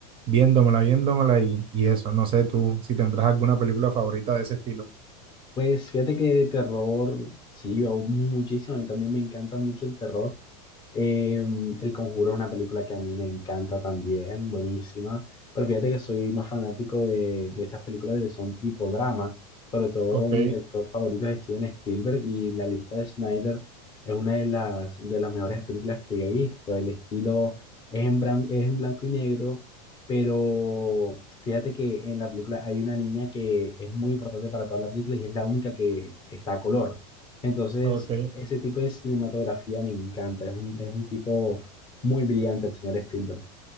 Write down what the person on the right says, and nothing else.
viéndomela, viéndomela y, y eso. No sé tú si tendrás alguna película favorita de ese estilo.
Ok,
ok.